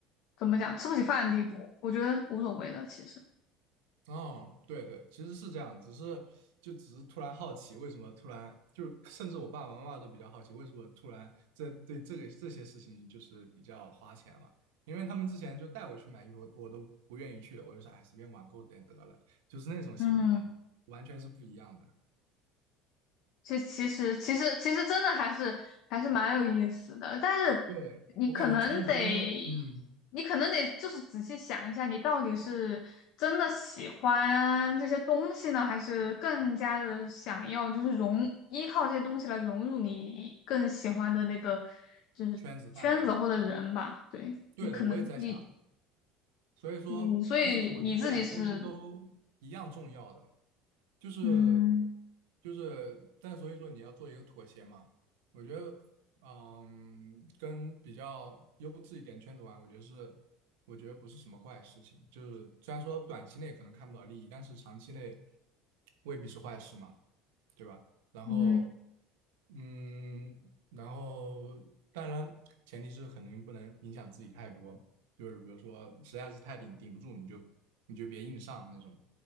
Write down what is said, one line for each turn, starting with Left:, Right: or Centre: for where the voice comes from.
Left: 怎么讲吃不起饭的地步，我觉得无所谓的。其实，
Right: 哦，对对，其实是这样，只是就只是突然好奇，为什么突然就是甚至我爸爸妈妈都比较好奇，为什么突然这对这个这些事情就是比较花钱了，因为他们之前就带我去买衣服，我都不愿意去的，我就说哎随便网购点得了，就是那种心理呢，
Left: 嗯。
Right: 完全是不一样的。
Left: 这其实其实其实真的还是还是蛮有意思的，但是
Right: 对，
Left: 你可能得，
Right: 我感觉圈子真的，嗯，
Left: 你可能得就是仔细想一下，你到底是真的喜欢这些东西呢，还是更加的想要就是融依靠这些东西来融入你更喜欢的那个就是圈子或者人吧？
Right: 圈子范围嘛，
Left: 对，
Right: 对的，
Left: 你可能你
Right: 我也在想，所以说，
Left: 嗯，所以你自己是
Right: 但其实我觉得这两个东西都一样重要的。就是
Left: 嗯
Right: 就是，但所以说你要做一个妥协嘛。我觉得，嗯，跟比较优质一点圈子玩，我觉得是，我觉得不是什么坏事情。就是虽然说短期内可能看不到利益，但是长期内未必是坏事嘛，对吧？然后，
Left: 嗯。
Right: 嗯，然后当然前提是肯定不能影响自己太多，就是比如说实在是太顶顶不住，你就你就别硬上那种。